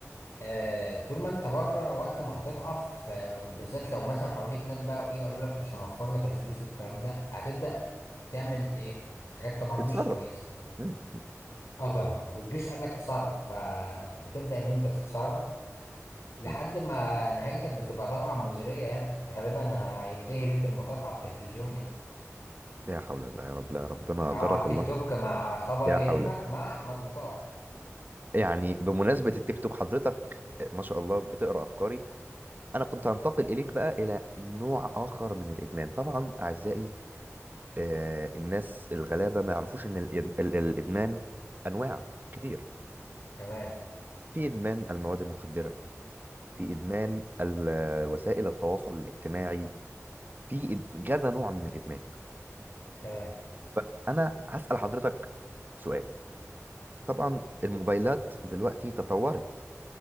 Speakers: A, on the left (about 60°); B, on the right (about 35°).
A: آه طول ما انت بره وقت ما هتضعف آه وبالذات لو مثلا حواليك ناس بقى وايه وقالوا لك مش هنوفر لك الفلوس والكلام ده هتبدأ تعمل ايه حاجات طبعا
B: تتصرف
A: مش كويسة
B: مم.
A: اه طبعا والجيش قال لك اتصرف فبتبدأ ان انت تتصرف لحد
B: مم. <laughs>
A: ما نهايتك بتبقى طبعا مزرية يعني غالبا هينتهي بيك المطاف على التلفزيون يعني
B: يا حول الله يا رب لا ربنا
A: أو
B: أجرك
A: على التيك
B: الله
A: توك مع خبر
B: يا
A: يهمك
B: حول
A: مع أحمد مطاوع
B: يعني بمناسبة التيك توك حضرتك ما شاء الله بتقرأ أفكاري أنا كنت هنتقل إليك بقى إلى نوع آخر من الإدمان طبعا أعزائي آه الناس الغلابة ما يعرفوش إن الإد- ال- الإدمان أنواع كتير
A: تمام
B: في إدمان المواد المخدرة في إدمان ال- وسائل التواصل الاجتماعي في إد- كذا نوع من الإدمان
A: تمام
B: طيب، أنا هسأل حضرتك سؤال طبعا الموبايلات دلوقتي تطورت